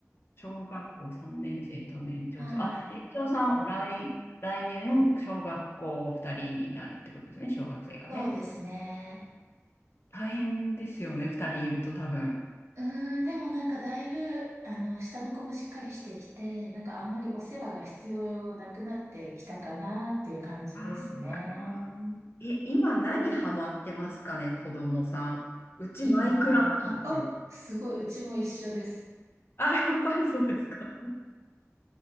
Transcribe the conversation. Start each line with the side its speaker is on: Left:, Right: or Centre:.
Left: 小学校3年生と年長さん。
Right: はい。
Left: あ、年長さん、来、来年、小学校2人になるってことですね、小学生がね。
Right: そうですね。
Left: 大変ですよね、2人いると多分。
Right: うーん、でもなんかだいぶ、あの、下の子もしっかりしてきて、なんかあんまりお世話が必要なくなってきたかなっていう感じですね。
Left: あーえ、今何ハマってますかね、子供さん。うちマイクラなんですよ。
Right: 今、あ、おあ、すごい、うちも一緒です。
Left: あ、やっぱりそうですか。<laughs>